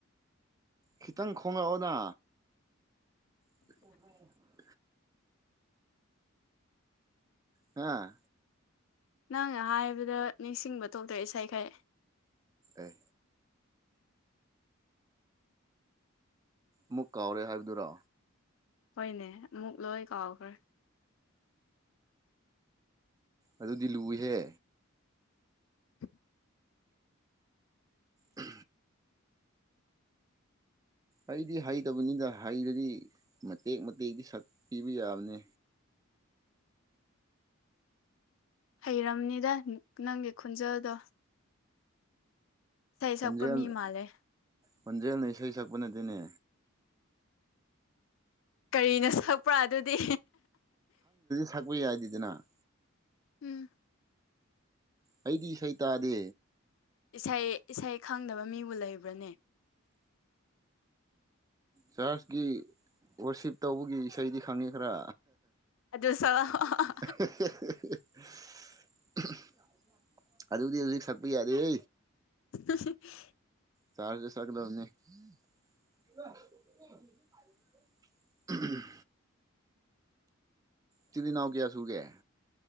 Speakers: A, on the right; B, on the left.
A: ꯈꯤꯇꯪ ꯈꯣꯉꯛꯑꯣꯅ ꯑꯣ ꯍꯥꯥ
B: ꯅꯪꯅ ꯍꯥꯏꯕꯗ ꯅꯤꯡꯁꯤꯡꯕ ꯊꯣꯛꯇ꯭ꯔ ꯏꯁꯈꯥꯏ
A: ꯑꯦ ꯃꯨꯛ ꯀꯥꯎꯔꯦ ꯍꯥꯏꯕꯗꯨꯔꯣ
B: ꯍꯣꯏꯅꯦ ꯑꯃꯨꯛ ꯂꯣꯏ ꯀꯥꯎꯈ꯭ꯔꯦ
A: ꯑꯗꯨꯗꯤ ꯂꯨꯏꯍꯦ
B: <inaudible>
A: ꯎ ꯑꯩꯗꯤ ꯍꯩꯇꯕꯅꯤꯅ ꯍꯩꯔꯗꯤ ꯃꯇꯦꯛ ꯃꯇꯦꯛꯛꯇ ꯁꯛꯄꯤꯕ ꯌꯥꯕꯅꯤ
B: ꯍꯩꯔꯕꯅꯤꯗ ꯅꯪꯒꯤ ꯈꯨꯣꯟꯖꯥꯗꯣ
A: ꯍꯧꯖꯦ
B: ꯁꯛꯄ ꯃꯤ ꯃꯥꯜꯂꯦ
A: ꯃꯖꯦꯜꯅ ꯏꯁꯩꯩ ꯁꯛꯄꯅꯦ ꯇꯅꯦ
B: ꯀꯔꯤꯅꯣ ꯁꯛꯄ꯭ꯔꯥ ꯑꯗꯨꯗꯤ
A: ꯊꯛꯄ ꯌꯥꯏꯗꯗꯅ
B: ꯎꯝ
A: ꯑꯩꯗꯤ ꯏꯁꯩ ꯇꯥꯗꯦ
B: ꯏꯁꯩ ꯏꯁꯩ ꯈꯪꯗꯕ ꯃꯤꯕꯨ ꯂꯩꯕ꯭ꯔꯅꯦ
A: ꯆꯥꯔꯆꯀꯤ ꯔꯁꯤꯞ ꯇꯧꯕꯒꯤ ꯏꯁꯩꯗꯤ ꯈꯪꯉꯦ ꯈꯔ
B: ꯑꯗꯨ ꯁꯛꯂꯛꯑꯣ
A: <inaudible> ꯑꯗꯨꯗꯤ ꯍꯧꯖꯤꯛ ꯁꯠꯄ ꯌꯥꯗꯦ ꯍ
B: <unintelligible>
A: ꯆꯥꯖꯁꯗꯕꯅꯤ ꯎꯝ ꯄꯤꯗꯤꯅꯅꯥꯎ ꯀꯌꯥ ꯁꯨꯒꯦ